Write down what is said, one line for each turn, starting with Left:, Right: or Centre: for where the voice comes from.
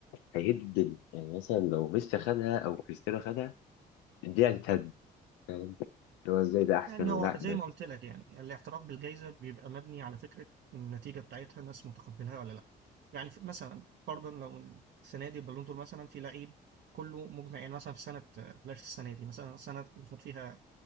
Left: هيهد الدنيا يعني مثلا لو ميسي خدها او كريستيانو خدها الدنيا هتتهد فاهم اللي هو ازاي ده احسن
Right: يعني
Left: ولا
Right: هو زي
Left: ده
Right: ما
Left: كده
Right: قلت لك يعني الاعتراف بالجائزة بيبقى مبني على فكرة النتيجة بتاعتها الناس متقبلها ولا لأ يعني في- مثلا فرضا لو السنة دي البالون دور مثلا في لعيب كله مجمع يعني مثلا في سنة بلاش السنة دي مثلا السنة اللي فات فيها